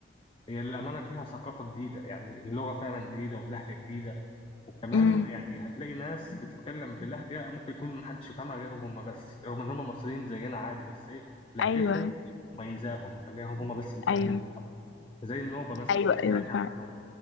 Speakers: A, on the left; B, on the left.
A: هي للأمانة فيها ثقافة جديدة يعني اللغة فعلا جديدة واللهجة جديدة وكمان
B: امم
A: يعني هتلاقي ناس بتتكلم بلهجة ممكن يكون محدش يفهمها غيرهم هم بس رغم إن هم مصريين زينا عادي بس إيه لهجتهم
B: ايوه
A: مميزاهم مخليهم هم بس اللي فاهمين
B: ايوه
A: زي النوبة مثلا
B: ايوه
A: لو سمعت
B: ايوه فعلا
A: عن النوبة